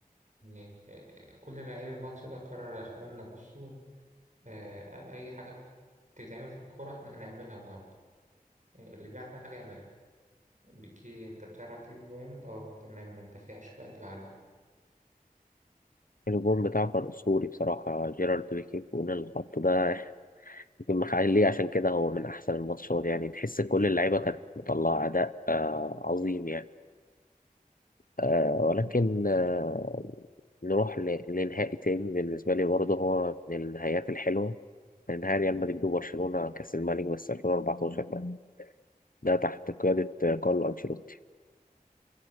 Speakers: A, on the right; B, on the left.
A: يعني آه، آه، كل لاعبي الماتش ده قرر يا إخوانا بصوا آه، أي حاجة بتتعمل في الكورة إحنا هنعملها النهاردة آه، اللي بيعرف يعمل حاجة يعملها بيكي أنت بتعرف تجيب جوان؟ أه تمام ما تدافعش بقى اطلع على الجون
B: الجون بتاعه كان أسطوري بصراحة جيرارد بيكي فوق اللي حطه ده يمكن مخليه عشان كده هو من أحسن الماتشات يعني تحس كل اللعيبة كانت مطلعة أداء آه عظيم يعني آه ولكن آه نروح ل- لنهائي تاني بالنسبة لي برضه هو من النهايات الحلوة كان نهائي ريال مدريد وبرشلونة كأس الملك بس 2014 ده ده تحت قيادة آه، كارلو أنشيلوتي